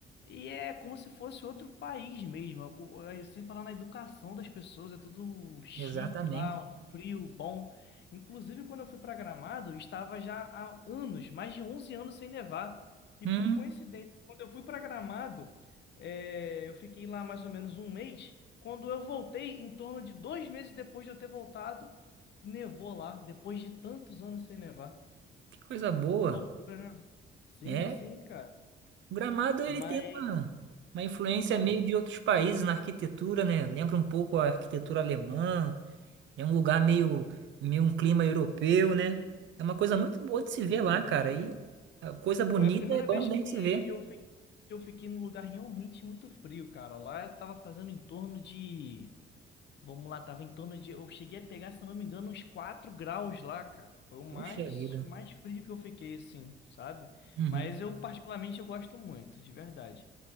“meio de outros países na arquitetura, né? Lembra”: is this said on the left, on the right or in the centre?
Right